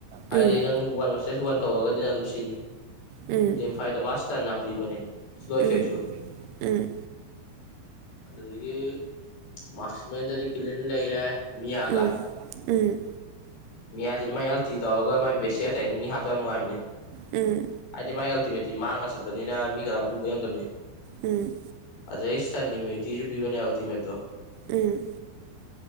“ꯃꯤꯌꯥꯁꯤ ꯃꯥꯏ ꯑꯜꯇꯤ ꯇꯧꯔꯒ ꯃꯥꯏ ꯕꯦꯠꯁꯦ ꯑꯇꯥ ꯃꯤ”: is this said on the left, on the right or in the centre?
Left